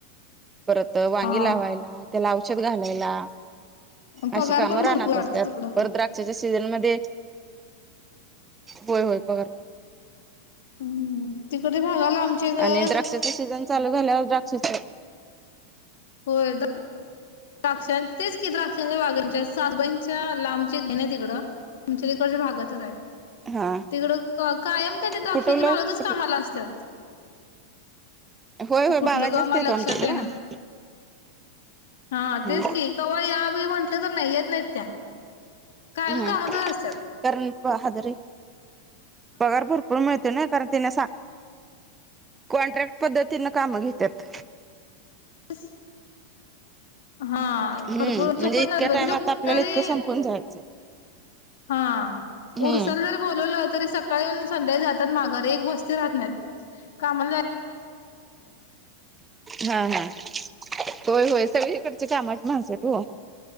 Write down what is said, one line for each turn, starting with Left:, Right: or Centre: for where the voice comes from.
Right: परत वांगी
Left: हा
Right: लावायला त्या ला औषध घालायला
Left: पगार
Right: अशी कामं
Left: पण
Right: रानात
Left: भरपूर वाटत
Right: असत्यात
Left: तिकडं
Right: भर द्राक्षेच्या सीजनमध्ये होय होय पगार
Left: हम्म तिकडच्या भागाला आमच्या इकडं
Right: आणि द्राक्षाच सीझन चालू झाल्यावर द्राक्षाच
Left: हो तर द्राक्षां तेच किती द्राक्षां बागांच्या सात बहि च्या लांबची एक बहिण हाय तिकड तुमच्या तिकडच्या भागातच हाय.
Right: हा
Left: तिकडं कायम त्यांनी द्राक्षेच्या
Right: कुठवलं
Left: बागातच
Right: कुठ
Left: कामाला असत्यात
Right: होय होय
Left: ते कुठलं
Right: बागा जास्त
Left: गाव मला
Right: आहेत आमच्याकडे
Left: लक्षात येना
Right: हा
Left: हा तेच
Right: हा
Left: की कवा या बी म्हटलं तर नाही येत नाहीत त्या कायम
Right: हम्
Left: कामातच असत्यात
Right: कारण हजरी पगार भरपूर मिळतोय नाय कारण तिने सा- कॉन्ट्रॅक्ट पद्धतीन काम घेत्यात
Left: असं- हा आ
Right: हम्म
Left: परत
Right: म्हणजे
Left: चुकत
Right: इतक्या
Left: अद
Right: टाइमात
Left: <unintelligible>
Right: आपल्याला
Left: तरी
Right: इतकं संपून जायचं
Left: हा
Right: हम्म
Left: उर्साला जरी बोलवलं तरी सकाळी येवून संध्याकाळी जात्यात माघारी एक वस्ती राहत नायात कामाला जा-
Right: हा हा होय होय सगळीकडची कामाची माणसयेतं ओ